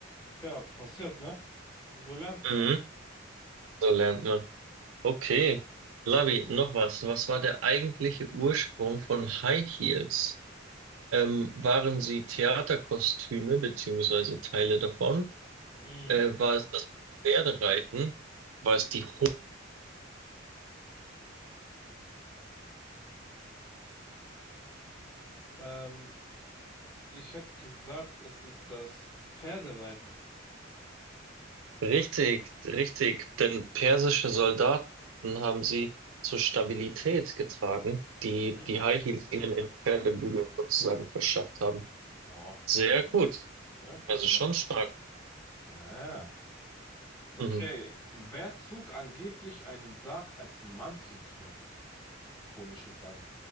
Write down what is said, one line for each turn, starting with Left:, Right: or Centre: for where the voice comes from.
Left: Ja, passiert, ne? So lernt
Right: Mhm.
Left: man.
Right: So lernt man. Okay. Lavi, noch was. Was war der eigentliche Ursprung von High Heels? Ähm, waren sie Theaterkostüme beziehungsweise Teile davon?
Left: Mhm.
Right: Äh, war es das Pferdereiten? War es die Ho
Left: Ähm, Ich hätte gesagt, es ist das Pferdereiten.
Right: Richtig, richtig. Denn persische Soldaten haben sie zur Stabilität getragen, die
Left: Mhm.
Right: die High Heels ihnen in Pferdebügeln sozusagen verschafft haben.
Left: Oh,
Right: Sehr
Left: okay.
Right: gut.
Left: Ja, Okay,
Right: Also
Left: knapp.
Right: schon stark.
Left: Ah, okay.
Right: Mhm.
Left: Wer zog angeblich einen Sarg als Mantelknopf? Komische Frage.